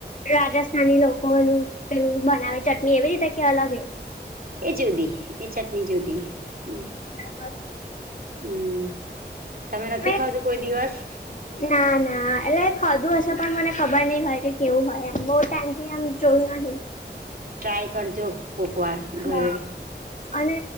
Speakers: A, on the left; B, on the right.
A: રાજસ્થાની લોકોનું પેલું બનાવે ચટણી એવી રીતે કે અલગ એ
B: એ જુદી એ ચટણી જુદી હમ
A: અચ
B: હમ તમે નથી
A: મે
B: ખાાવતું કોઈ દિવસ
A: ના ના એટલે ખધું હશે પણ મને ખબર નહી હોય કે કેવું હોય એમ બહુ ટાઈમ થી એમ ચલું નહી.
B: ટ્રાય કરજો કોકવાર
A: હા
B: ઘરે
A: અને